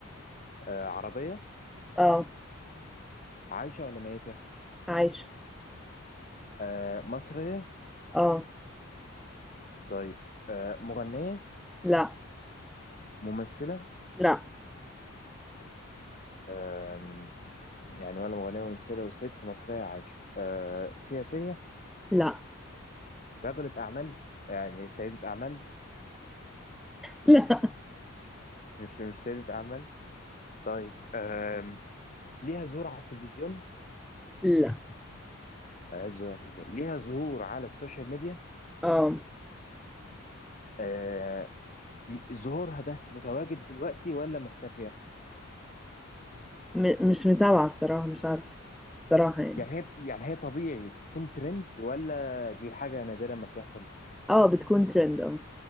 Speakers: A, on the left; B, in the centre.
A: آه عربيه
B: اه
A: عايشه ولا ميته
B: عايشة
A: آه مصريه
B: اه
A: طيب آه مغنيه
B: لا
A: ممثله
B: لا
A: آه يعني ولا مغنية وممثلة وست مصرية عايشة آه سياسية
B: لا
A: رجلة أعمال يعني سيدة أعمال
B: <laughs> لا
A: مش مش سيدة أعمال طيب آم، ليها ظهور على التلفزيون
B: لا
A: آه، ظهور على التلفزيون ليها ظهور على السوشيال ميديا
B: اه
A: آه ظهورها ده متواجد دلوقتي ولا مختفية
B: م مش متابعة الصراحة مش عارفة الصراحة يعني
A: يعني هي يعني هي طبيعي تكون ترند ولا دي حاجة نادرة ما بتحصل
B: اه بتكون ترند اه